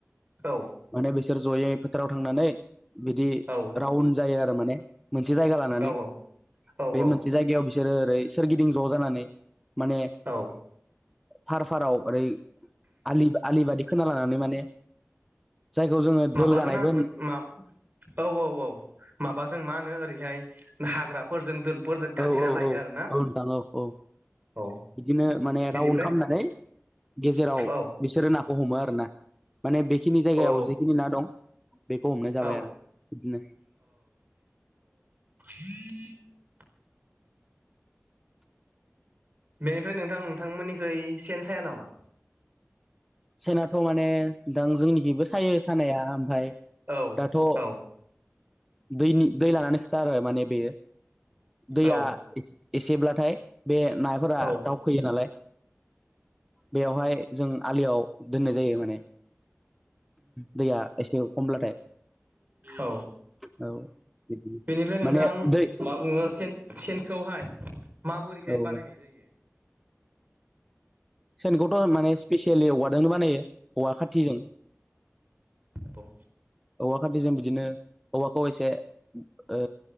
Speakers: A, on the right; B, in the centre.
A: औ
B: माने बिसोर जयै फोथाराव थांनानै बिदि
A: औ
B: रावन्ड जायो आरो माने मोनसे जायगा लानानै
A: औ औ
B: बे
A: औ
B: मोनसे जायगायाव बिसोरो ओरै सोरगिदिं ज' जानानै माने
A: औ
B: फार फाराव ओरै आलि आलि बादि खोना लानानै माने जायखौ जोङो दोलगानायबो
A: माबाजोंना मा औ औ औ माबा जों मा होनो ओैहाय हाग्राफोरजों दोलफोरजों गाथेना
B: औ औ
A: लायो
B: औ
A: आरोना
B: औ नोंथां औ औ
A: औ
B: बिदिनो माने
A: बिनिफ्राय
B: रावन्द खालामनानै गेजेराव
A: औ
B: बिसोरो ना हमो आर ना माने बेखिनि जायगायाव
A: औ
B: जिखिनि ना दं बेखौ हमनाय जाबाय
A: औ
B: आरो बिदिनो
A: ह <unintelligible> बेनिफ्राय नोंथां नोंथांमोननिख सेन साया नामा
B: सेनाथ' माने दां जोंनि जेबो सायो सानाया ओमफ्राय
A: औ
B: दाथ'
A: औ
B: दैनि दै लानानै खोथा आरो माने बेयो दैया
A: औ
B: एसेब्लाथाय बे नाफोरा
A: औ
B: दाउ फैयो नालाय बेवहाय जों आलियाव दोननाय जायो माने दैया एसे खमब्लाथाय
A: औ
B: औ बिदिनो
A: बेनिफ्राय
B: माने
A: नोंथां
B: दै
A: मा बुङो सेनखौहाय माबोरैहाय
B: औ
A: बानायनाय
B: औ
A: जायो।
B: सेनखौथ' माने स्पिेसियेलि औवाजोंनो बानायो औवा खाथिजों
A: औ
B: औवा खाथिजों बिदिनो औवाखौ एसे ओ